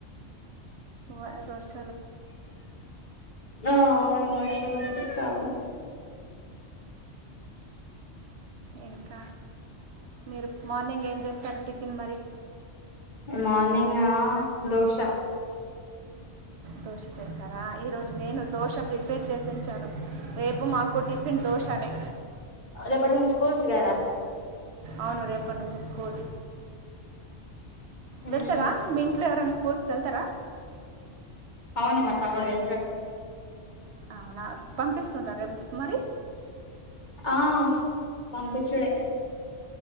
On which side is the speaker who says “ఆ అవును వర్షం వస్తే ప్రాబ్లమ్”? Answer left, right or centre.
Left